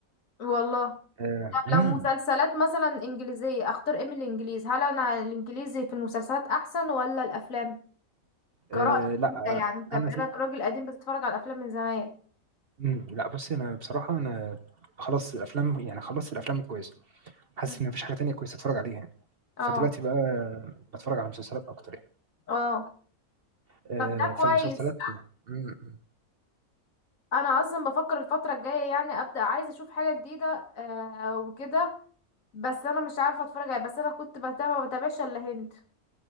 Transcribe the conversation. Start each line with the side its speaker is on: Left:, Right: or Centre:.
Left: والله
Right: آه،
Left: طب
Right: مم.
Left: لو مسلسلات مثلا انجليزية اختار ايه من الانجليز هل انا الانجليزي في المسلسلات احسن ولا الافلام
Right: آه،
Left: كرأيك
Right: لا
Left: انت يعني انت
Right: انا
Left: بقالك
Right: سي...
Left: راجل قديم بتتفرج على الافلام من زمان
Right: مم. لا بصي انا بصراحه انا خلاص الافلام يعني خلصت الافلام الكويسه حاسس
Left: مم.
Right: ان مفيش حاجه تانية كويسه اتفرج عليها يعني
Left: اه
Right: فدلوقتي بقى بتفرج على مسلسلات اكتر يعني
Left: اه
Right: آه،
Left: طب ده
Right: فالمسلسلات
Left: كويس
Right: مم.
Left: انا اصلا بفكر الفتره الجايه يعني ابدا عايزه اشوف حاجه جديده آه وكده بس انا مش عارفه اتفرج على بس انا كنت بتابع ما بتابعش الا هند